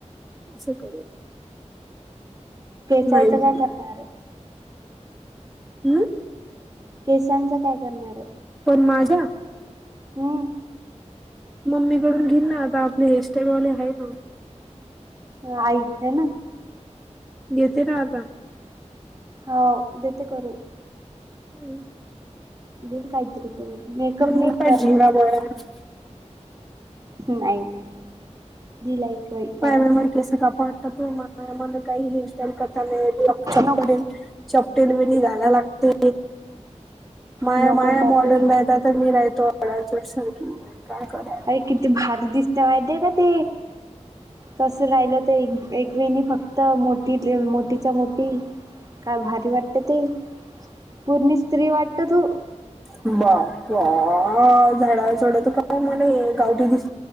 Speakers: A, in the centre; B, on the right.
A: स करू.
B: केचायच
A: नाही
B: काय
A: हम्म?
B: करणार आय?
A: हम्म?
B: केसांच काय करणाराय?
A: पण माझ्या?
B: हम्.
A: मम्मी कडून घीन ना आता आपले हेरस्टाईल वाले हाय ना.
B: हो आई त्या ना?
A: घेतेत आता.
B: हाव देते करून.
A: हम्.
B: देना काहीतरी करून, मेकअप बी
A: मोठा
B: करत्या.
A: <inaudible>
B: नाही नाही दिलायक व्हय
A: माय माय केस कापाटत वं माय, मले काही हेअरस्टाईल करता नही येत. लकछ
B: नको
A: पडेल चपटेल वेणी घालाया लागते, माया
B: नको
A: माया
B: का
A: मॉडर्न
B: ते
A: राहतात तर मी नाही तो अडाणचोट <unintelligible> करा.
B: अरे किती भारी दिसते माहितीे का ते. तसं राहिलं तर, एक एकवेणी फक्त मोठीतल्या मोठीच्या मोठी काय भारी वाटतं ते, पूर्णि स्त्री वाटतं तू.
A: बाप्पा झाडावर चढवतो का मले हे गावठी दिस